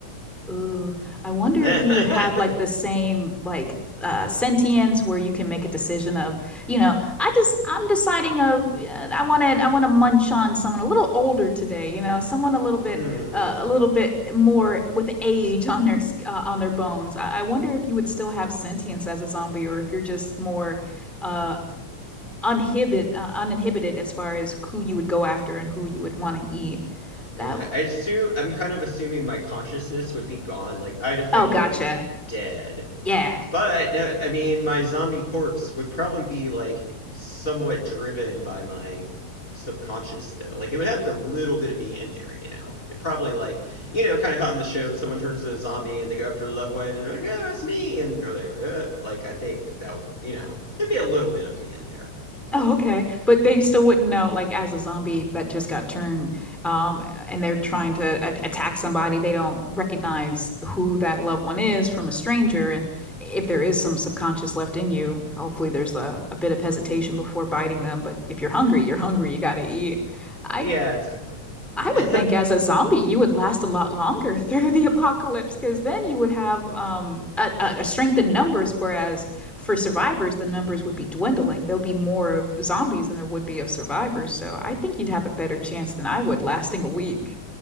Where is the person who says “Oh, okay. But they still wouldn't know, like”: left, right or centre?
Centre